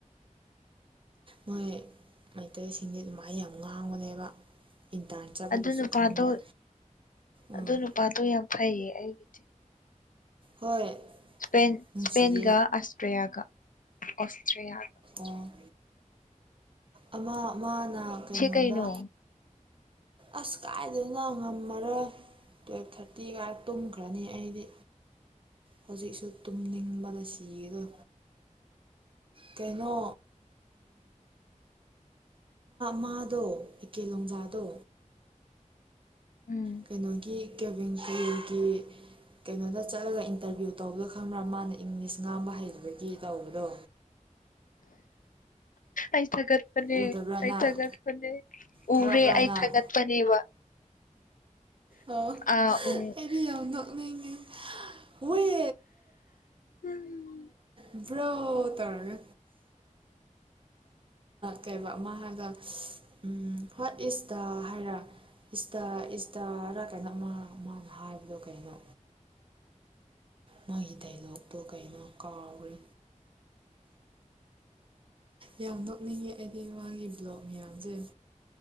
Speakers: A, on the right; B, on the left.
A: ꯃꯣꯏ ꯃꯩꯇꯩꯁꯤꯡꯁ ꯑꯗꯨꯃꯥꯏꯅ ꯌꯥꯝ ꯉꯥꯡꯕꯅꯦꯕ ꯏꯟꯇꯔꯟ ꯆꯠꯄꯗꯨꯁꯨ
B: ꯑꯗꯨ ꯅꯨꯄꯥꯗꯣ
A: ꯈꯪꯕ꯭ꯔꯥ ꯎꯝ
B: ꯑꯗꯨ ꯅꯨꯄꯥꯗꯣ ꯌꯥꯝ ꯐꯩꯌꯦ ꯑꯩꯒꯤꯗꯤ
A: ꯍꯣꯏ
B: ꯁꯄ
A: ꯅꯨꯡꯁꯤꯌꯦ
B: ꯁꯄꯦꯟꯒ ꯑꯁꯇ꯭ꯔꯦꯂꯤꯌꯥꯒ ꯌꯥꯒ
A: ꯑꯣ ꯑꯃ ꯑꯃꯅ ꯀꯩꯅꯣꯗ
B: ꯀꯩꯅꯣ
A: ꯑꯁ ꯀꯥꯏꯗꯅ ꯉꯝꯃꯔꯣꯏ ꯇꯨꯋꯦꯜꯞ ꯊꯥꯔꯇꯤꯒ ꯇꯨꯝꯈ꯭ꯔꯅꯤ ꯑꯩꯗꯤ ꯍꯧꯖꯤꯛꯁꯨ ꯇꯨꯝꯅꯤꯡꯕꯅ ꯁꯤꯗꯣ ꯀꯩꯅꯣ ꯃꯥꯗꯣ ꯏꯀꯦ ꯂꯣꯡꯖꯥꯗꯣ
B: ꯎꯝ
A: ꯀꯩꯅꯣꯒꯤ ꯀꯦꯚꯦꯟ ꯀꯦꯜꯒꯤ ꯀꯩꯅꯣꯗ ꯆꯠꯂꯒ ꯏꯟꯇꯔꯚꯤꯌꯨ ꯇꯧꯕꯗꯣ ꯈꯪꯕ꯭ꯔꯥ ꯃꯥꯅ ꯏꯪꯂꯤꯁ ꯉꯥꯡꯕ ꯍꯩꯕꯒꯤ ꯇꯧꯕꯗꯣ
B: ꯑ ꯊꯥꯒꯠꯄꯅꯦ
A: ꯎꯗꯕ꯭ꯔꯥ
B: ꯑꯩ
A: ꯅꯪ
B: ꯊꯥꯒꯠꯄꯅꯦ
A: ꯊꯥꯔꯛꯄ꯭ꯔꯥ
B: ꯎꯔꯦ ꯑꯩ
A: ꯅꯪ
B: ꯊꯥꯒꯠꯄꯅꯦꯕ
A: ꯑꯣ
B: ꯑꯥ ꯎ ꯎ
A: ꯑꯩꯗꯤ ꯌꯥꯝ ꯅꯣꯛꯅꯤꯡꯉꯤ ꯋꯦ
B: ꯎꯝ
A: ꯏꯕ꯭ꯔ ꯇꯥꯔꯒ ꯀꯩꯕ ꯑꯃ ꯍꯥꯏꯒ ꯎꯝ ꯍꯠ ꯏꯁ ꯗ ꯍꯥꯏꯔ ꯏꯁꯇꯥ ꯏꯁꯇꯥꯔ ꯀꯩꯅꯣ ꯑꯃ ꯑꯃꯅ ꯍꯥꯏꯕꯗꯣ ꯀꯩꯅꯣ ꯃꯥꯒꯤ ꯗꯥꯏꯂꯣꯛꯇꯣ ꯀꯩꯅꯣ ꯀꯥꯎꯈ꯭ꯔꯦ ꯌꯥꯝ ꯅꯣꯛꯅꯤꯡꯉꯦ ꯑꯩꯒꯤ ꯃꯥꯒꯤ ꯕ꯭ꯂꯣꯛ ꯃꯌꯥꯝꯁꯦ